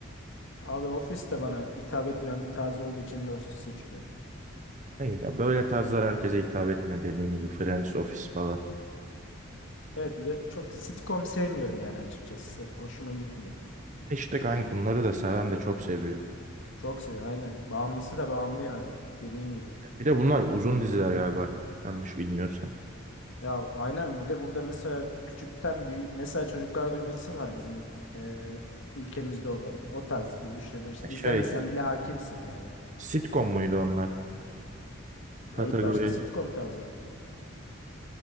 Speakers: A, on the left; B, on the right.
A: Abi Office de bana hitap etmeyen bir tarz olduğu için Lost'u seçiyorum.
B: Hayır, ya böyle tarzlar herkese hitap etmiyor dediğin gibi. Friends, Office falan.
A: Evet bir, çok sitcom sevmiyorum yani açıkçası. Hoşuma gitmiyor.
B: İşte kanka bunları da seven de çok seviyor.
A: Çok seviyorum aynen. Bağımlısı da bağımlı yani dediğin gibi.
B: Bir de bunlar uzun diziler galiba. Yanlış bilmiyorsam.
A: Ya aynen bir de burada mesela küçükten büyü mesela çocuklar duymasın var bizim e, ülkemizde olan o tarz gibi düşünebilirsin.
B: Şey,
A: İzlemesen bile hakimsin yani.
B: sitcom muydu onlar? Kategori.
A: Ya ilk başta sitcom tarzıydı.